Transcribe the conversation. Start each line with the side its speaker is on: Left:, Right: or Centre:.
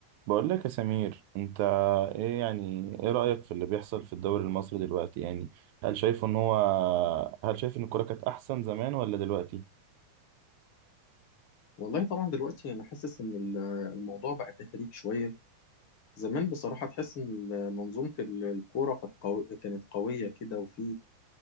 Right: بقول لك يا سمير انت ايه يعني ايه رأيك في اللي بيحصل في الدوري المصري دلوقتي يعني هل شايف ان هو هل شايف ان الكورة كانت احسن زمان ولا دلوقتي
Left: والله طبعا دلوقتي انا حاسس ان ال- الموضوع بقى تهريج شويه زمان بصراحه تحس ان ال- منظومه ال- الكوره كانت قوي كانت قويه كده وفي